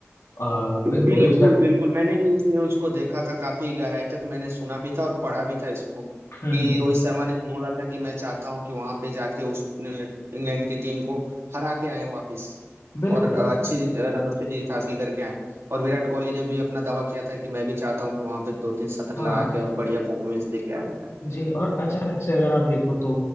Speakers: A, on the left; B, on the right.
A: आ, रोहित
B: बिल्कुल
A: सर
B: बिल्कुल मैंने भी इस न्यूज को देखा था काफी गहराई तक मैंने सुना भी था और पढ़ा भी था इसको
A: हम्म
B: कि रोहित शर्मा ने भी बोला था कि मैं चाहता हूं कि वहां पे जाके उस अ, इंग्लैंड की टीम को हरा के आए वापस
A: बिल्कुल
B: और अ, अच्छी जीत- अ, रनों से जीत हासिल करके आए और विराट कोहली ने भी अपना दावा किया था कि मैं भी चाहता हूँ कि वहां पे दो तीन शतक
A: हाँ
B: लगा के और बढ़िया परफॉर्मेंस दे के आएगा
A: जी और अचानक से अगर आप देखो तो